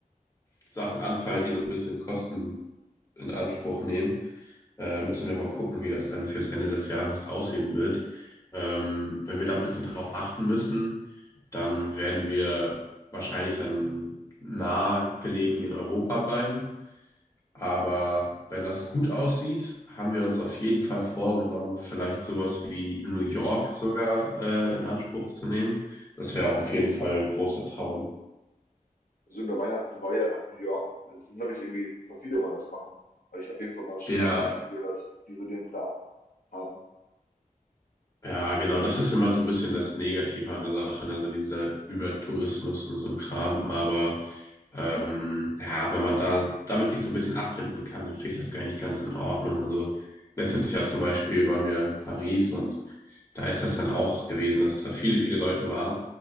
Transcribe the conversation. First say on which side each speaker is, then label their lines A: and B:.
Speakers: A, on the left (about 20°); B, on the left (about 70°).
A: Sachen anfallen, die so ein bisschen Kosten in Anspruch nehmen. Äh, müssen wir mal gucken, wie das dann fürs Ende des Jahres aussehen wird. Ähm, wenn wir da ein bisschen drauf achten müssen, dann werden wir wahrscheinlich dann nah gelegen in Europa bleiben. Aber wenn das gut aussieht, haben wir uns auf jeden Fall vorgenommen, vielleicht sowas wie New York sogar äh, in Anspruch zu nehmen. Das wäre auch auf jeden Fall ein großer Traum.
B: Also über Weihnachten und Neujahr nach New York. Es sind, glaube ich, irgendwie, voll viele wollen das machen. Habe ich auf jeden Fall mal schon
A: Ja,
B: so von einigen gehört, die so den Plan haben.
A: Ja, genau, das ist immer so ein bisschen das Negative an der Sache, ne? Also dieser Übertourismus und so ein Kram. Aber ähm, ja, wenn man da damit sich so ein bisschen abfinden kann, dann finde ich das gar nicht ganz in Ordnung. Also letztes Jahr zum Beispiel waren wir in Paris und da ist das dann auch gewesen, dass da viele, viele Leute waren.